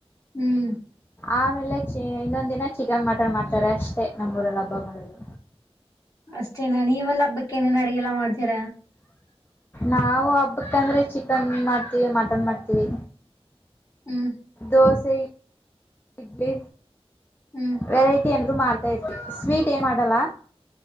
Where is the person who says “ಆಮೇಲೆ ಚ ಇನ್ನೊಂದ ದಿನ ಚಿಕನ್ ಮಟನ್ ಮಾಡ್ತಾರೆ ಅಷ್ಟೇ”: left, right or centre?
Left